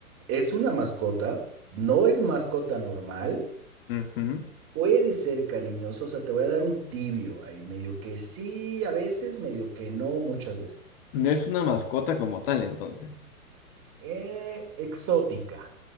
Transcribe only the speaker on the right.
Es una mascota, no es mascota normal.
Puede ser cariñoso, o sea, te voy a dar un tibio ahí, medio que sí, a veces, medio que no, muchas veces.
Eh, exótica.